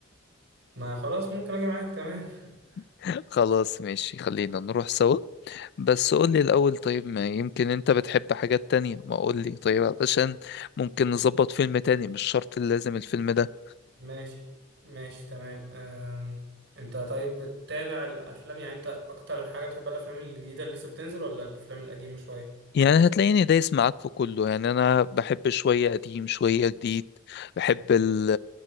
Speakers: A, on the right; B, on the left.
A: ما خلاص ممكن اجي معاك تمام <laughs>
B: <laughs> خلاص ماشي خلينا نروح سوا بس قولي الأول طيب ما يمكن انت بتحب حاجات تانية ما قولي طيب علشان ممكن نظبط فيلم تاني مش شرط لازم الفيلم ده
A: ماشي ماشي تمام أم. انت طيب بتتابع الافلام يعني انت اكتر حاجه بتحب الافلام الجديده اللي لسه بتنزل ولا الافلام القديمه شويه
B: يعني هتلاقيني دايس معاك في كله يعني انا بحب شوية قديم شوية جديد بحب ال